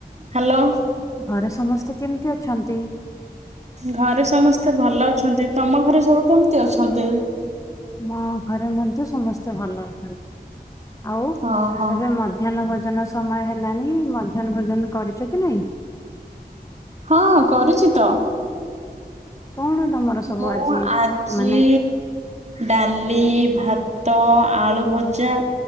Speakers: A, on the right (about 45°); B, on the left (about 20°).
A: ହାଲୋ।
B: ଘରେ ସମସ୍ତେ କେମତି ଅଛନ୍ତି?
A: ଘରେ ସମସ୍ତେ ଭଲ ଅଛନ୍ତି ତମ ଘରେ ସବୁ କେମତି ଅଛନ୍ତି?
B: ମୋ ଘରେ ମଧ୍ୟ ସମସ୍ତେ ଭଲ ଅଛନ୍ତି ଆଉ
A: ହଁ ହଁ
B: ଏବେ ମ ମଧ୍ୟାହ୍ନ ଭୋଜନ ସମୟ ହେଲାଣି ମଧ୍ୟାହ୍ନ ଭୋଜନ କରିଚ କି ନାଇଁ?
A: ହଁ କରିଚି ତ।
B: କଣ ତମର ସବୁ
A: ମୁଁ
B: ଆଜି
A: ଆଜି
B: ମାନେ
A: ଡାଲି, ଭାତ, ଆଳୁ ଭଜା